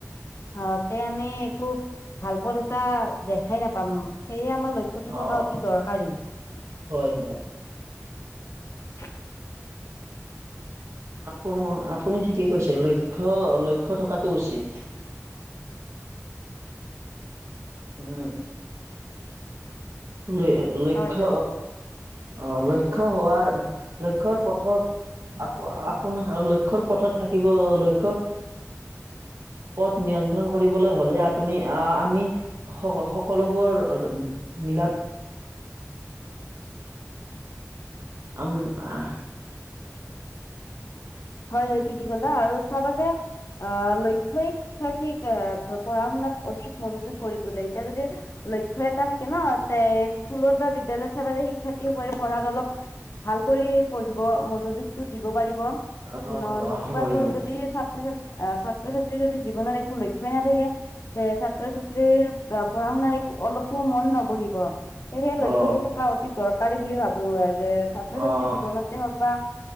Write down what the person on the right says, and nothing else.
অ
হয় হয়
আপ আপুনি ঠিকেই কৈছে। লক্ষ্য লক্ষ্য থকাতটো উচিত। উম ল লক্ষ্য
আহ লক্ষ্য হোৱাৰ লক্ষ্যৰ পথত আপ আপোনাৰ লক্ষ্যৰ পথত থাকিব লক্ষ্য
পথ নিয়ন্ত্ৰণ কৰিবলৈ হ'লে আপ আপুনি আহ আমি স সকলোবোৰ মিলা
আম আহ
অ
হয় হয়
অ
অ